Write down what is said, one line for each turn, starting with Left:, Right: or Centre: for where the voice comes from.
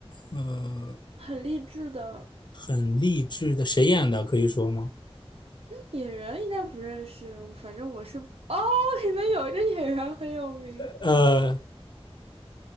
Left: 呃，
Right: 很励志的，
Left: 很励志的，谁演的？可以说吗？
Right: 演员应该不认识，反正我是哦，里面有一个演员很有名，
Left: 呃，